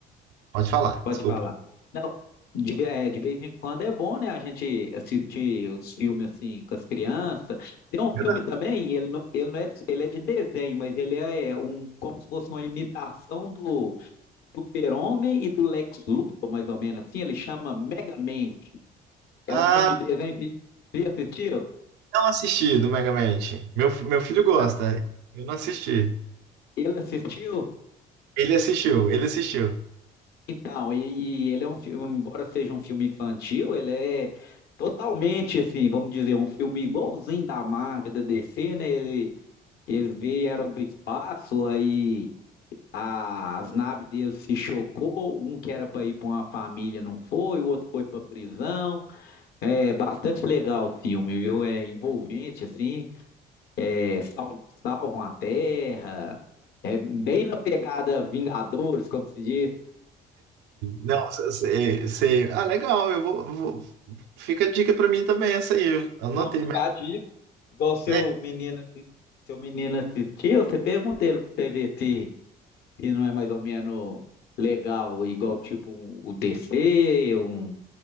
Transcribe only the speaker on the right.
Pode falar,
desculpa.
Verdade.
Ah,
não assisti do Mega Man. Meu, meu filho gosta,
eu não assisti.
Ele assistiu, ele assistiu.
Não, você. Ah, legal, eu vou, vou- Fica a dica pra mim também, essa aí. Eu anotei,
mas.
é.